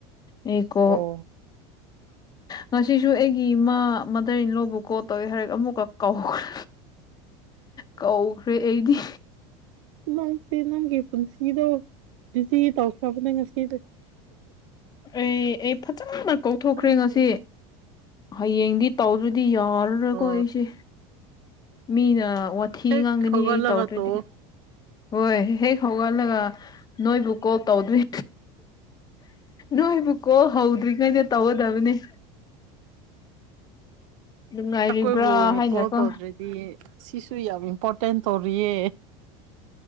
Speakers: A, on the left; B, on the right.
A: ꯑꯩ ꯀꯣ
B: ꯑꯣ
A: ꯉꯁꯤꯁꯨ ꯑꯩꯒꯤ ꯏꯃꯥ ꯃꯙꯔ ꯏꯂꯣꯕꯨ ꯀꯣ ꯇꯧꯋꯦ ꯍꯥꯏꯔꯛ ꯑꯃꯨꯛꯀ ꯀꯥꯎꯈ꯭ꯔꯦ ꯀꯧꯈ꯭ꯔꯦ ꯑꯩꯗꯤ
B: ꯅꯪꯁꯦ ꯅꯪꯒꯤ ꯄꯨꯟꯁꯤꯗꯣ ꯕꯤꯖꯤ ꯇꯧꯈ꯭ꯔꯕꯅꯦ ꯉꯁꯤꯗꯤ
A: ꯑꯦ ꯑꯩ ꯐꯥꯖꯅ ꯀꯥꯎꯊꯣꯛꯈ꯭ꯔꯦ
B: ꯈꯪꯗꯦ
A: ꯉꯁꯤ ꯍꯌꯦꯡꯗꯤ ꯇꯧꯗ꯭ꯔꯗꯤ ꯌꯥꯔꯔꯣꯏꯀꯣ
B: ꯑꯣ
A: ꯑꯩꯁꯦ ꯃꯤꯅ ꯋꯥꯊꯤ
B: ꯍꯦꯛ
A: ꯉꯥꯡꯒꯅꯤ
B: ꯍꯧꯒꯠꯂꯒ
A: ꯑꯩ ꯇꯧꯗ꯭ꯔꯗꯤ
B: ꯇꯧꯑꯣ
A: ꯍꯣꯏ ꯍꯦꯛ ꯍꯧꯒꯠꯂꯒ ꯅꯣꯏꯕꯨ ꯀꯣꯜ ꯇꯧꯗ꯭ꯔꯤ ꯅꯣꯏꯕꯨ ꯀꯣꯜ ꯍꯧꯗ꯭ꯔꯤꯉꯩꯩꯅ ꯇꯧꯒꯗꯕꯅꯦ ꯅꯨꯡꯉꯥꯏꯔꯤꯕ꯭ꯔꯥ
B: ꯑꯀꯣꯏꯕꯨ ꯑꯣꯏꯅ
A: ꯍꯥꯏꯅꯀꯣ
B: ꯀꯣꯜ ꯇꯧꯗ꯭ꯔꯗꯤ ꯁꯤꯁꯨ ꯌꯥꯝ ꯏꯝꯄꯣꯔꯇꯦꯟ ꯇꯧꯔꯤꯌꯦ